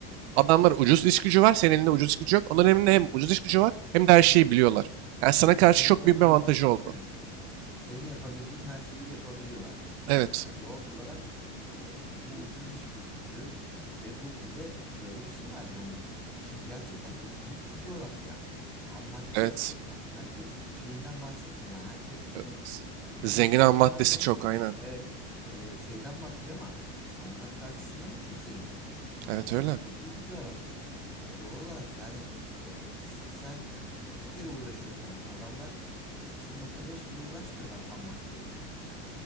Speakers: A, on the right (about 75°); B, in the centre.
A: adamlar ucuz iş gücü var. Senin elinde ucuz iş gücü yok. Onların elinde hem ucuz iş gücü var hem de her şeyi biliyorlar. Yani sana karşı
B: Ve senin
A: çok
B: yapabildiğin
A: büyük bir avantajı oldu.
B: evet. Senin yapabildiğin her şeyi yapabiliyorlar.
A: Evet.
B: Ya doğal olarak e, bu ucuz iş gücü ve bu bir de şöyle bir şey var yani Çin gerçekten çok büyük bir coğrafya. Ham madde
A: Evet.
B: bak herkes o şeyinden bahsetmiyor yani herkes işte
A: Evet.
B: ucuz
A: Zengin
B: iş gücünden
A: ham maddesi
B: ve
A: çok aynen.
B: evet e, şeyden bahsediyor ama ham madde açısından da çok zengin.
A: Evet
B: E,
A: öyle.
B: çok büyük bir coğrafya. E, Doğal olarak yani e, s- sen iki kere uğraşıyorken adamlar 0.5 bile uğraşmıyorlar ham maddeye ulaşmak için.